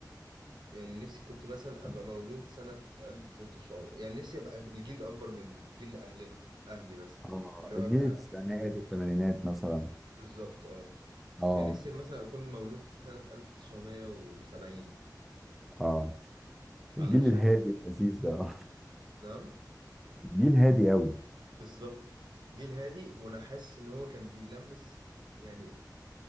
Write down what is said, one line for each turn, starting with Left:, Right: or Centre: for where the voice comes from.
Right: يعني نفسي كنت مثلا
Centre: طب-
Right: أبقى مولود سنة 1900 يعني نفسي أبقى الجيل الأكبر من جيل أهلنا أهلي مثلا
Centre: اه
Right: اللي هو
Centre: الجيل
Right: أبقى
Centre: التسعينات الثمانينات مثلا
Right: بالظبط اه
Centre: اه
Right: يعني نفسي مثلا أكون مولود في سنة 1970
Centre: اه الجيل
Right: علشان
Centre: الهادي اللذيذ ده آه.
Right: نعم
Centre: الجيل هادي قوي
Right: بالظبط جيل هادي وأنا حاسس إن هو كان بيلمس يعني